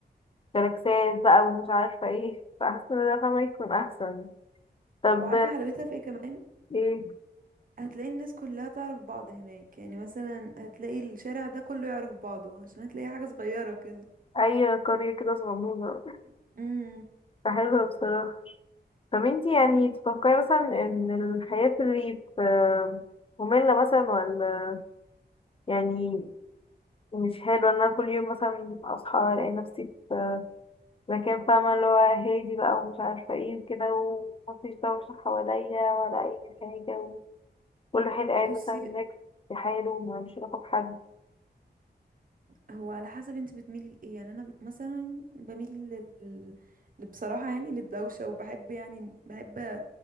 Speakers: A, on the left; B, on the right.
A: جالاكسات بقى ومش عارفة ايه فحاسة ان ده فاهمة يكون احسن طب
B: وعارفه حلاوتها في ايه كمان
A: ايه
B: هتلاقي الناس كلها تعرف بعض هناك يعني مثلا هتلاقي الشارع ده كله يعرف بعضه عشان هتلاقي حاجه صغيره كده
A: اي قرية كده صغنونة
B: امم
A: فحلوة بصراحة طب انتي يعني تتوقعي مثلا ان الحياة في الريف آه، مملة مثلا ولا يعني مش حلوة ان انا كل يوم مثلا اصحى الاقي نفسي في مكان فاهمة اللي هو هادي بقى ومش عارفة ايه وكده ومفيش دوشة حواليا ولا اي حاجة وكل واحد قاعد
B: بس
A: مثلا هناك في حاله ومالوش علاقة بحد
B: هو على حسب انت بتميلي لايه يعني انا مثلا بميل لل... لل- بصراحه يعني للدوشه وبحب يعني بحب ما